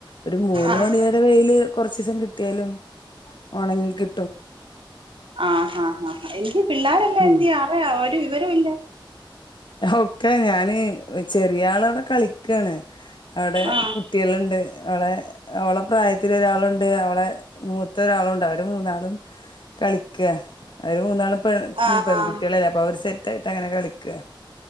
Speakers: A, on the left; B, on the right.
A: ഒരു മൂന്ന്
B: ആഹ്
A: മണി വരെ വെയില് കുറച്ച ദിവസം കിട്ടിയാലും ഉണങ്ങി കി
B: ആ ഹഹ എങ്കി പിള്ളാരെല്ല എന്ത്യെ
A: ഉം
B: ആര്ടെ <unintelligible> വിവരം ഇല്ല
A: ഒക്കെ ഞാന് ചെറിയ ആളോടെ കളിക്കാണ് അവിടെ
B: ആഹ്
A: കുട്ടികളുണ്ട് അവിടെ അവളുടെ പ്രായത്തിൽ ഒരാളുണ്ട് അവടെ മൂത്ത ഒരാളും ഉണ്ട് അവര് മൂന്നാളും കളിക്ക അവർ മൂന്നാളും പെ
B: ആഹ്
A: പെൺകുട്ടികളല്ലേ അപ്പൊ അവര് സെറ്റ് ആയിട്ട് അങ്ങനെ കളിക്ക